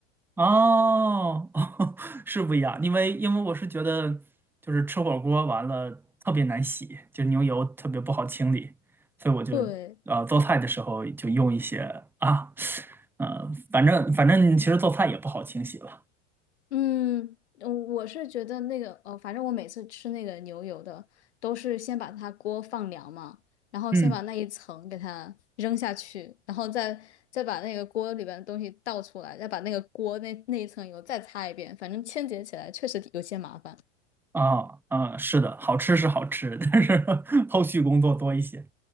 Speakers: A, in the centre; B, on the left.
A: 哦，<laughs> 哦是不一样，因为因为我是觉得就是吃火锅完了特别难洗，就牛油特别不好清理，所以我就呃做菜的时候就用一些啊，
B: 对。
A: 呃，反正反正其实做菜也不好清洗了，
B: 嗯，嗯我是觉得那个呃，反正我每次吃那个牛油的，都是先把它锅放凉嘛，然后先把那一层给它扔下去，
A: 嗯。
B: 然后再再把那个锅里边的东西倒出来，再把那个锅那那一层油再擦一遍，反正清洁起来确实有些麻烦。
A: 啊嗯，是的，好吃是好吃，但是 <laughs> 后续工作多一些。